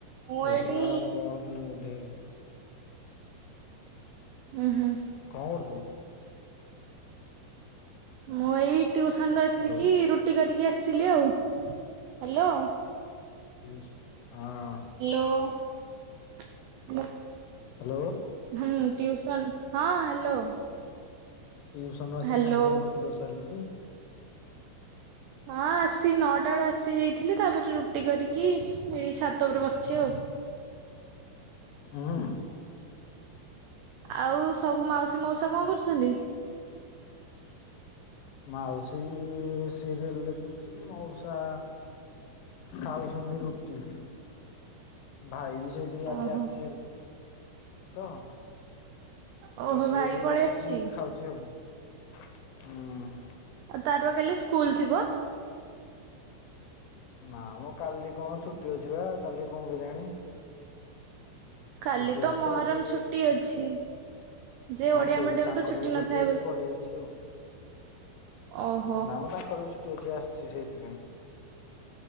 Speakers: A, on the right; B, on the left.
A: ମୁଁ
B: ହେଇଥିଲା
A: ଏଇଠି
B: ପର ଦିନ ବୋଧେ!
A: ଉଁ ହୁଁ।
B: କଁ କରୁଛୁ?
A: ମୁଁ ଏଇ ଟ୍ୟୁସନ୍ ରୁ ଆସିକି
B: ହ୍ୟାଲୋ
A: ରୁଟି କରିକି ଆସିଲି ଆଉ। ହ୍ୟାଲୋ!
B: ଉସ୍ ଆଁ।
A: ହ୍ୟାଲୋଁ! ହୁଁ, ଟ୍ୟୁସନ
B: ହ୍ୟାଲୋ
A: ହଁ, ହ୍ୟାଲୋ
B: ଟ୍ୟୁସନରୁ ଆସିକି
A: ହ୍ୟାଲୋ।
B: ସାଙ୍ଗେ ସାଙ୍ଗେ ରୁଟି କରିସାରିଲୁଣି।
A: ହଁ, ଆସି ନଅଟା ଅଳୁ ଆସି ଯାଇଥିଲି, ତାପରେ ରୁଟି କରିକି, ଏଠି ଛାତ ଉପରେ ବସିଛି ଆଉ।
B: ଉଁ
A: ଆଉ ସବୁ ମାଉସୀ ମଉସା କଣ କରୁଛନ୍ତି?
B: ମାଉସୀ-ଇ ସିରିଏଲ୍ ଦେଖୁଛି। ମଉସା ଖାଉଛନ୍ତି ରୁଟି। ଭାଇ ବି ସେଠିକି ଆଜି
A: ଓହୋ
B: ଆସିଛି ହାରି। ତ,
A: ଓହୋ
B: ସିଏ
A: ଭାଇ
B: ବି
A: ପଳେଇ
B: ବସିଛି
A: ଆସିଛି
B: ଖାଉଛି ଆଉ। ଉଁ।
A: ଆଉ, ତାର ବା କାଲି ସ୍କୁଲ ଥିବ?
B: ନା, ମୋ କାଲି କଣ ଛୁଟି ଅଛି ବା, କାଲି କଣ କେଜାଣି?
A: କାଲି
B: ଛୁଟି
A: ତ
B: ଅଛି
A: ମହରମ୍
B: ଆଜି
A: ଛୁଟି ଅଛି। ଯେ
B: ହଁ,
A: ଓଡିଆ
B: ସେଇ
A: ମିଡିୟମ
B: ତାଙ୍କର
A: ତ
B: ବି
A: ନଥାଏ
B: ଛୁଟି ଅଛି।
A: ବୋଧେ
B: ପଳେଇ ଆସିଛି ଆଉ। ନା,
A: ଓହୋ
B: ମ ତାଙ୍କର ବି ଛୁଟି ଅଛି, ଆସିଛି ସେଇଥିପାଇଁ।